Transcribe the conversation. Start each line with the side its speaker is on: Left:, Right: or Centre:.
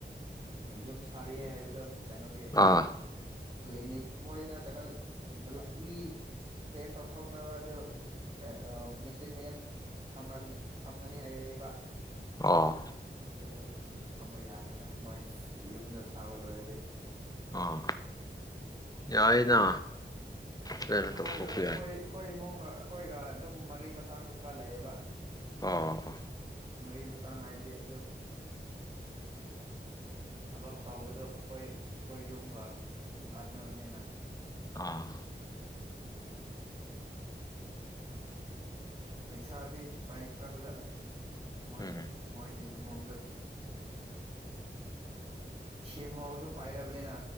Right: ꯌꯨꯝ ꯁꯥꯔꯤꯑ ꯍꯥꯏꯕꯗꯣ ꯀꯩꯅꯣꯒꯤ
Left: ꯑꯥ
Right: ꯀ꯭ꯂꯤꯅꯤꯛ ꯃꯣꯏꯗ ꯀꯩꯅꯣ <unintelligible> ꯇꯦꯁ ꯇꯧꯊꯣꯛꯅꯕ ꯑꯗꯨ ꯑ ꯃꯦꯆꯤꯟ ꯃꯌꯥꯟ ꯊꯝꯔꯒꯅꯤ ꯊꯝꯒꯅꯤ ꯍꯥꯏꯔꯛꯏꯕ
Left: ꯑꯥ
Right: ꯑꯗꯨꯗ ꯑꯗꯨꯝ ꯊꯝꯕ ꯌꯥꯅꯤꯗ ꯃꯣꯏ ꯌꯨꯝꯗꯣ ꯁꯥꯕ ꯂꯣꯏꯔꯗꯤ
Left: ꯑꯥ ꯌꯥꯏꯅ ꯀꯩꯅꯣ
Right: ꯑꯩꯈꯣꯏꯒ
Left: ꯇꯧꯊꯣꯛꯄ
Right: ꯑꯩꯈꯣꯏ
Left: ꯌꯥꯏ
Right: ꯑꯩꯈꯣꯏ ꯏꯃꯨꯡꯒ ꯑꯩꯈꯣꯏꯒ ꯑꯗꯨꯝ ꯃꯔꯤ ꯃꯇꯥꯡꯁꯨ ꯈꯔ ꯂꯩꯌꯦꯕ
Left: ꯑꯥ
Right: ꯃꯔꯤ ꯃꯇꯥꯡ ꯍꯥꯏꯗꯤ ꯑꯗꯨ ꯊꯕꯛ ꯇꯧꯕꯗꯣ ꯑꯩꯈꯣꯏ ꯑꯩꯈꯣꯏ ꯌꯨꯝꯒ ꯅꯛꯅꯕꯅꯤꯅ
Left: ꯑꯥ
Right: ꯄꯩꯁꯥꯗꯤ ꯄꯥꯏꯈ꯭ꯔꯕꯖꯥꯠꯅꯤ ꯃꯣꯏ
Left: ꯎꯝ
Right: ꯃꯣꯏꯒꯤ ꯏꯃꯨꯡꯗꯣ ꯁꯤꯑꯝꯃꯣꯁꯨ ꯄꯥꯏꯔꯕꯅꯤꯅ